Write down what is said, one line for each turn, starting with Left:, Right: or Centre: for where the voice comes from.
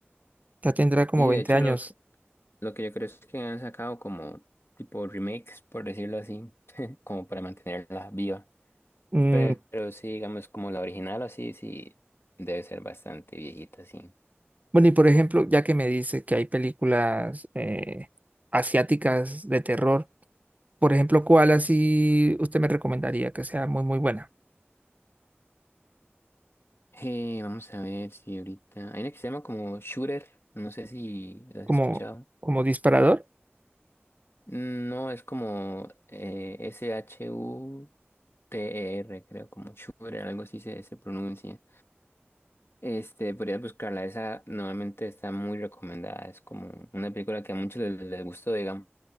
Right: Ya tendrá como
Left: Sí,
Right: veinte
Left: de hecho,
Right: años.
Left: lo, lo que yo creo es que han sacado como tipo remakes, por decirlo así, <laughs> como para mantenerla viva.
Right: Mm,
Left: Pero, sí, digamos, como la original o así, sí, debe ser bastante viejita, sí.
Right: bueno, y por ejemplo, ya que me dice que hay películas eh, asiáticas de terror. Por ejemplo, ¿cuál así usted me recomendaría que sea muy, muy buena?
Left: Eh, vamos a ver si ahorita... Hay una que se llama como Shooter, no sé si la
Right: Como,
Left: has escuchado.
Right: como disparador.
Left: No, es como eh, S-H-U-T-E-R, creo, como Shure, algo así se, se pronuncia. Este, podrías buscarla, esa normalmente está muy recomendada, es como una película que a muchos les, les gustó, digamos.